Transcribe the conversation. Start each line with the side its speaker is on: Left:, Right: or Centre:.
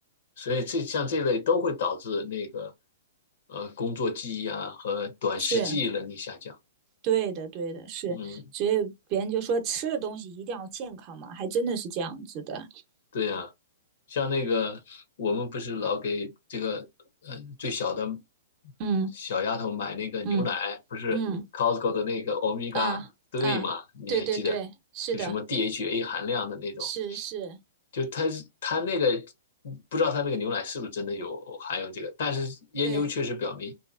Left: 所以这像这类都会导致那个呃工作记忆啊和短时记忆能力下降。
Right: 是对的，对的，是。
Left: 嗯。
Right: 所以别人就说吃的东西一定要健康嘛，还真的是这样子的。
Left: 对呀，像那个我们不是老给这个呃最小的
Right: 嗯
Left: 小丫头买那个牛奶，
Right: 嗯
Left: 不是
Right: 嗯。
Left: Costco 的那个 o m e g
Right: 啊啊，
Left: a 嘛？你还记得？
Right: 对对对，是的，
Left: 就什么 DHA 含量的那种，
Right: 是是，
Left: 就它它那个不知道它那个牛奶是不是真的有含有这个，但是研究确实表明，
Right: 对，